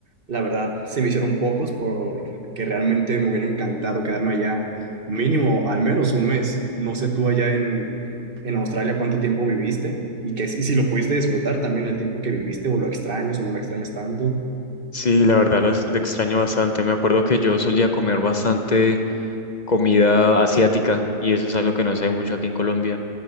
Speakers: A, on the right (about 40°); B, on the left (about 45°).
A: La verdad, se me hicieron pocos porque realmente me hubiera encantado quedarme allá mínimo al menos un mes. No sé tú allá en, en Australia cuánto tiempo viviste y que si, si lo pudiste disfrutar también el tiempo que viviste o lo extrañas o no lo extrañas tanto.
B: Sí, la verdad lo, ex- lo extraño bastante. Me acuerdo que yo solía comer bastante comida asiática y eso es algo que no se ve mucho aquí en Colombia.